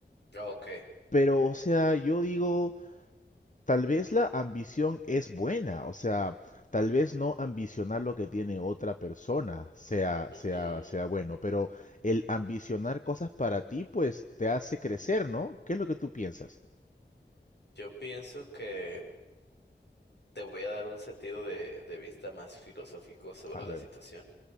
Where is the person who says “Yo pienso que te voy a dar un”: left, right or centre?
Left